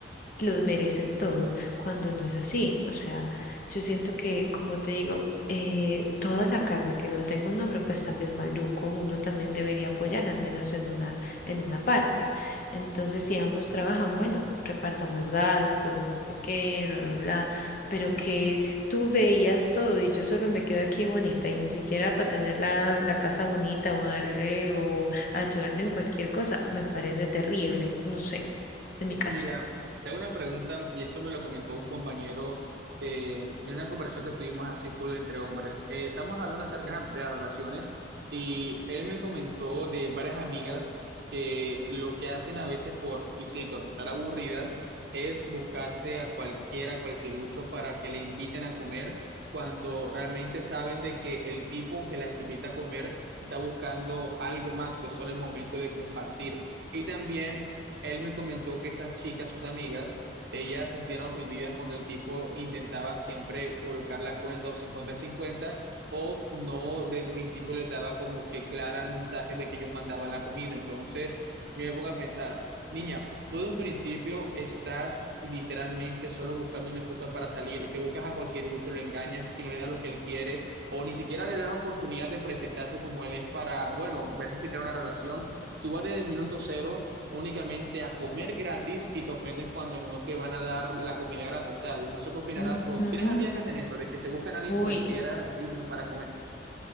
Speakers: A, on the left; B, on the right.
A: lo merecen todo, cuando no es así. O sea, yo siento que, como te digo, eh, toda la carga que lo tenga un hombre, pues también maluco, uno también debería apoyar, al menos en una, en una parte. Entonces, si ambos trabajan, bueno, repartamos gastos, no sé qué, bla, bla, bla, pero que tú veías todo y yo solo me quedo aquí bonita y ni siquiera para tener la, la casa bonita o darle o ayudarle en cualquier cosa, me parece terrible, no sé, en mi caso.
B: Mira, te hago una pregunta y esto me lo comentó un compañero eh, en una conversación que tuvimos así full entre hombres. Eh, estamos hablando acerca de las relaciones y él me comentó de varias amigas que lo que hacen a veces por, y cito, estar aburridas es buscarse a cualquiera, cualquier ucho para que le inviten a comer cuando realmente saben de que el tipo que las invita a comer está buscando algo más que solo el momento de compartir. Y también él me comentó que esas chicas, sus amigas, ellas se sentían ofendidas cuando el tipo intentaba siempre colocar la cuenta o cincuenta a cincuenta o no, de un principio les daba como que clara el mensaje de que yo mandaba la comida. Entonces, yo me pongo a pensar, niña, tú de un principio estás literalmente solo buscando una excusa para salir, te buscas a cualquier bicho, lo engañas y no le das lo que él quiere. O ni siquiera le das oportunidad de presentarse como él es para, bueno, ver si se crea una relación. Tú vas desde el minuto cero únicamente a comer gratis y te ofendes cuando no te van a dar la comida gratis, ¿sabes? No sé qué opinarás.
A: Ujú.
B: O, ¿tienes amigas que hacen eso, de que se buscan a alguien
A: Uy,
B: cualquiera así, ¿no? Para comer?